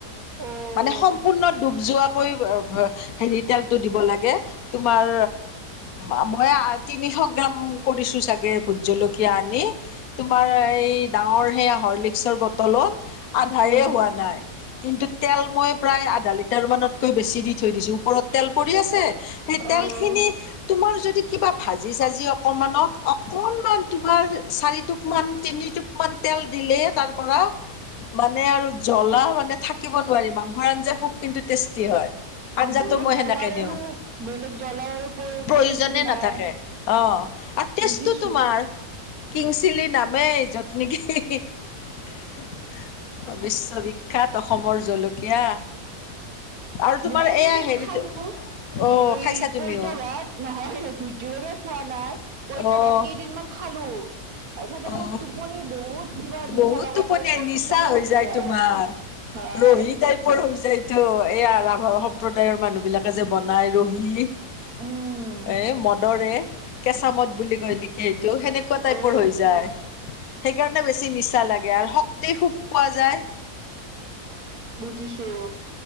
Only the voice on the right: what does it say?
অ',
উম।
অ',
অ',
বেলেগ
জ্বলাৰ
আৰু বেলেগ জ্বলাৰ আৰু প্ৰ
প্ৰয়োজন
নাই।
বুজিছো
মই একেদিন
খালো।
এই
পৈতাভাট নহয় ভোট জলকীয়া খোৱা নাই। পঁইতা
ভাত কেইদিনমান খালো। তাৰ পিছত
টোপনি বহুত। কিবা নিচা
লগা
টাইপত
টোপনি
লাগি যায়।
হয়
উম
অ
বুজিছো।